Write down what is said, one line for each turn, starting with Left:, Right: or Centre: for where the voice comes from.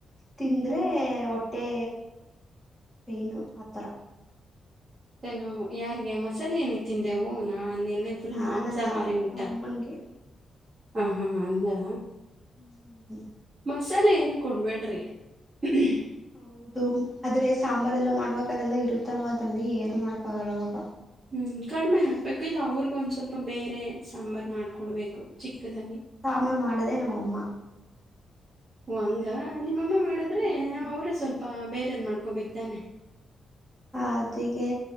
Centre: ತಿಂದ್ರೆ
Right: ಹ್ಞೂ
Centre: ಹೊಟ್ಟೆ ಪೇನು ಆ ಥರ.
Right: ನ್ನು ಯಾರಿಗೆ ಮಸಾಲೆ ಏನಿಕ್ ತಿಂದೆವು ನಾ ನಿನ್ನೆ ಫುಲ್
Centre: ನಾನಲ್ಲ
Right: ಮಾಂಸಾಹಾರಿ ಊಟ
Centre: ನಮ್ಮಮ್ಮನ್ಗೆ
Right: ಹ ಹ್ ಹಾ ಹಂಗಾ.
Centre: ಹ್ಮ್ ಹ್ಮ್ ಹ್ಮ್
Right: ಮಸಾಲೆ ಏನು ಕೊಡ್ಬೇಡ್ರಿ <unintelligible>
Centre: ಹೌದು ಆದ್ರೆ ಸಾಂಬಾರ್ ಎಲ್ಲ ಮಾಡ್ಬೇಕಾರೆಲ್ಲ ಇರುತ್ತಲ್ವಾ ಅದ್ರಲ್ಲಿ ಏನು ಮಾಡಕ್ಕ ಆಗಲ್ಲ ಅವಾಗ.
Right: ಹ್ಞೂ ಕಡಿಮೆ ಹಾಕ್ಬೇಕು ಇಲ್ಲ ಅವ್ರಗ್ ಒಂದ ಸ್ವಲ್ಪ ಬೇರೆ ಸಾಂಬಾರ ಮಾಡಿಕೊಡ್ಬೇಕು ಚಿಕ್ಕದಾಗಿ.
Centre: ಸಾಂಬಾರ ಮಾಡದೆ ನಮ್ಮಮ್ಮ.
Right: ಓ ಹಂಗಾ ನಿಮ್ಮಮ್ಮ ಮಾಡಿದ್ರೆ
Centre: ಹ್ಮ್
Right: ಅವರೇ ಸ್ವಲ್ಪ ಬೇರೆದ ಮಾಡ್ಕೊಬೇಕ ತಾನೆ.
Centre: ಹ ಅದಿಗೆ